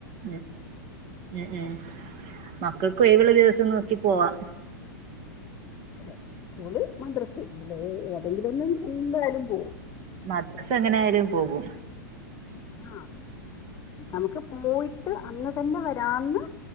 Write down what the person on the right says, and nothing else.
ഉ ഉ ഉം മക്കൾക്കു ഒഴിവുള്ള ദിവസം നോക്കി പോവാ
മദ്രസ എങ്ങനെ ആയാലും പോകും